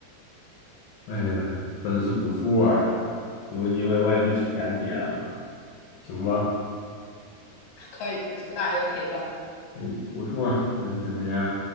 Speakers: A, on the left (about 70°); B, on the left (about 50°).
A: 哎呀，真是不错呀！有机会我也去体验体验吧，行吧？
B: 可以主打一个陪伴，
A: 哎，不错，那就先这样。